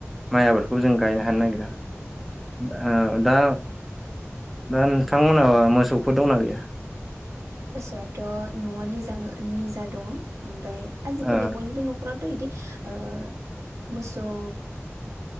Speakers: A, in the centre; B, on the right.
A: माइ आबादखौ जों गायनो हानो नागिरा। दा दा नोंथांमोनहा मोसौफोर दंना गैया?
B: मोसौआथ' न'आ निज निजा दङ, ओमफ्राय आजिखालि
A: ओ
B: बयनिबो न'खर न'खरथ' बिदि ओ मोसौ